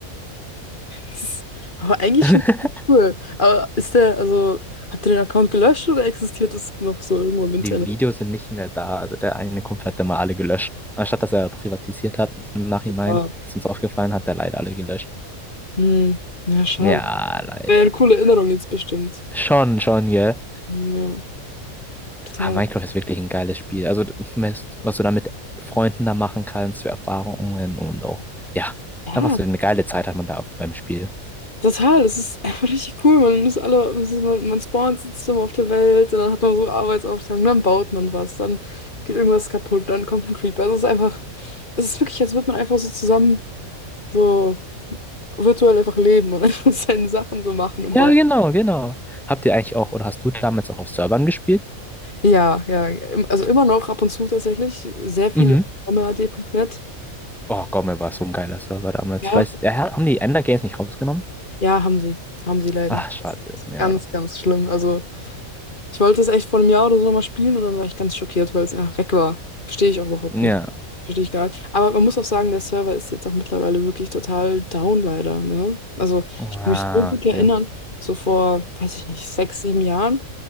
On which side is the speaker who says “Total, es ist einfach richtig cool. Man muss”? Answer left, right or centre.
Left